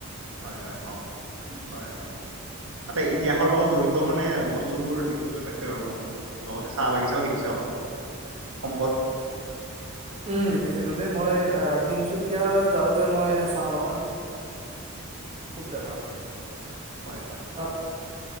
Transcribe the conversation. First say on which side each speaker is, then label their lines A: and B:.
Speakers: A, on the right; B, on the right.
A: হয় হয় অ হয় হয়। তাতে ইতিহাসৰ লগত জড়িত মানে বস্তু বোৰ দেখিবলৈ পাইছো আৰু ভ্ৰমণত লগতে চাহ বাগিচাও দেখিছো। অসমৰ সম্পদ।
B: উম দেখিছিলো দেই মই তিনচুকীয়া যাওঁতে মই চাহ বাগান খুব দেখা
A: হয় হয়
B: তাৰ
A: অ